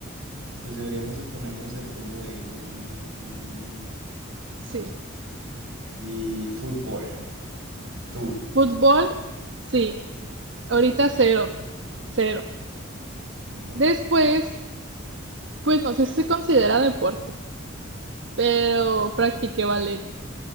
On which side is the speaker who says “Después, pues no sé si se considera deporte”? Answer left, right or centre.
Right